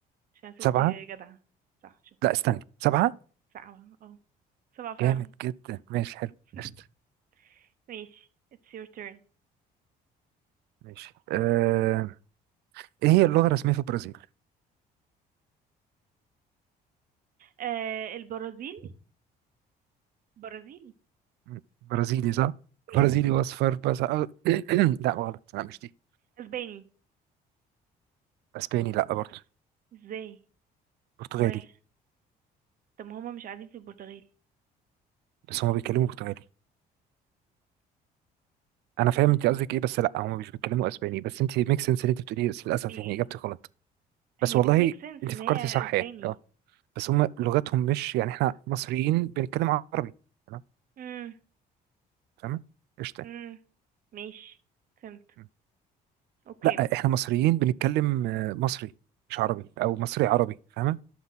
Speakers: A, on the right; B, on the right.
A: عشان ست
B: سبعة
A: جدعة صح شوف
B: لا استني سبعة
A: سبعة اه سبعة فعلا
B: جامد جدا ماشي حلو
A: <laughs>
B: قشطة
A: ماشي it's your turn
B: ماشي أه... إيه هي اللغة الرسمية في البرازيل؟
A: آه البرازيل برازيلي
B: م- برازيلي صح؟
A: <laughs>
B: برازيلي وأصفر بس أه... <clears throat> لا غلط لا مش دي
A: اسباني
B: أسباني لا برضه
A: ازاي
B: برتغالي
A: ما هي طب ما هما مش قاعدين في البرتغال
B: بس هما بيتكلموا برتغالي أنا
A: ايه
B: فاهم
A: ده
B: أنت قصدك إيه بس لا هما مش بيتكلموا أسباني بس أنت ميك سنس اللي أنت بتقوليه بس للأسف
A: بي...
B: يعني إجابتك غلط
A: هي
B: بس والله
A: بتميك سنس
B: انت
A: ان
B: فكرتي
A: هي
B: صح
A: اسباني
B: يعني اه بس هم لغتهم مش يعني احنا مصريين بنتكلم عربي تمام
A: امم
B: فاهمه قشطه
A: امم ماشي فهمت
B: مم.
A: اوكي
B: لا احنا مصريين بنتكلم آه، مصري مش عربي او مصري عربي فاهمه